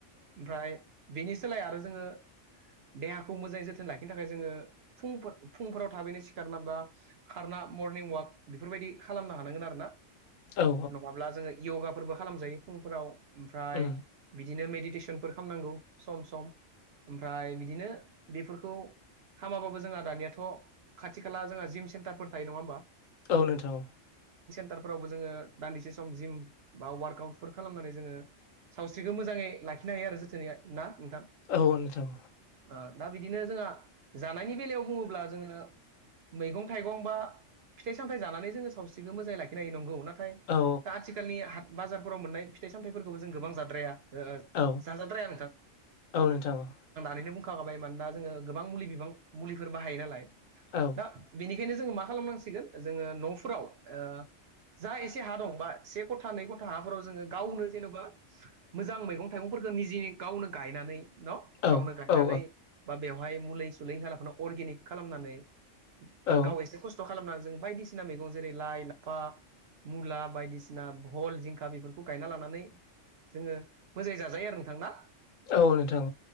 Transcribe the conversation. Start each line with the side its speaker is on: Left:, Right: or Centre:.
Right: ओमफ्राय बिनि सोलाय आरो जोङो देहाखौ मोजाङै जोथोन लाखिनो थाखाय जोङो फुं फुंफोराव थाबैनो सिखारना बा खारना मर्निं वाक बेफोरबायदि खालामनो हानांगोन आरो ना।
Left: औ
Right: नङाब्ला जोङो यगाफोरबो खालामजायो फुंफोराव ओमफ्राय
Left: औ
Right: बिदि बिदिनो मेडिटेसनफोर खालामनांगौ सम सम ओमफ्राय बिदिनो बेफोरखौ खामाबाबो जोंहा दानियाथ' खाथि खाला जोंहा जिम सेन्टारफोर थायो नङा होमबा।
Left: औ नोंथां औ।
Right: थार फोरावबो जोङो दान्दिसे सम जिम बा वार्कआउटफोर खालामनानै जोङो सावस्रिखौ मोजाङै लाखिनो हायो आरो जोथोनै। ना नोंथां
Left: औ नोंथा औ नोंथा।
Right: ओ दा बिदिनो जोंहा जानायनि बेलायाव बुङोब्ला जोङो मैगं थाइगं बा फिथाइ सामथाय जानानै जोङो सावस्रिखौ मोजां लाखिनो हायो नंगौ ना नाथाय
Left: औ
Right: दा आथिखालनि हा बाजारफोराव मोननाय फिथाइ सामथायाइफोरखौबो जों गोबां जाद्राया। ओ
Left: औ
Right: जाजाद्राया
Left: औ नोंथां औ।
Right: दहायनोबुखा खाबाय मानो ना जों गोबां मुलि बिबां फोर बाहायो नालाय
Left: औ
Right: दा बेनि बेखायनो जोङो मा खालामनांसिगोन जोङो न'फ्राव ओ जा एसे हा दं बा से गथा नै गथ था हाफोराव जोङो गावनो जेनेबा मोजां मैगं थाइगंफोरखौ निजे गावनो गायनानै न
Left: औ
Right: गावनो गायनानै
Left: औ
Right: बा बेव बाय मुलि सुलि होआलाफानो अरगिनिग खालामनानै ओ
Left: औ
Right: गाव इसे खस्थ खालामनानै जों बायदिसिना मैगं जेरै लाइ लाफा मुला बायदिसिना भल जिंखा बेफोरखौ गायना लानानै जोङो मोजाङो जाजायो आरो नोंथांना।
Left: औ नोंथां।